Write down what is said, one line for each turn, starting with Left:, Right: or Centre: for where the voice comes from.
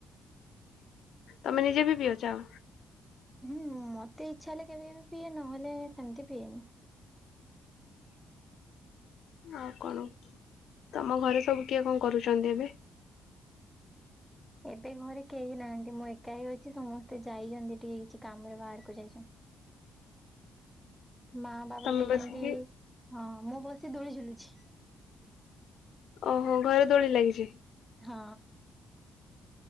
Left: ତମେ ନିଜେ ବି ପିଉଚ୍ଛ?
Centre: ହୁଁ ମତେ ଇଚ୍ଛା ହେଲେ କେବେ କେବେ ପିଏ ନହେଲେ ସେମିତି ପିଏନି।
Left: ହଁ। ଆଉ କଣ ତମ ଘରେ ସବୁ କିଏ କଣ କରୁଛନ୍ତି ଏବେ?
Centre: ଏବେ ଘରେ କେହି ନାହାଁନ୍ତି ମୋ ଏକା ହେି ଅଛି ସମସ୍ତେ ଯାଇଛନ୍ତି ଟିକେ କିଛି କାମରେ ବାହାରକୁ ଯାଇଛନ୍ତି। ମା ବାବା
Left: ତମେ
Centre: ଯାଇଛନ୍ତି
Left: ବସିକି
Centre: ହଁ ମୁଁ ବସି ଦୋଳି ଝୁଲୁଛି।
Left: ଓହୋ ଘରେ ଦୋଳି ଲାଗିଛି?
Centre: ହଁ।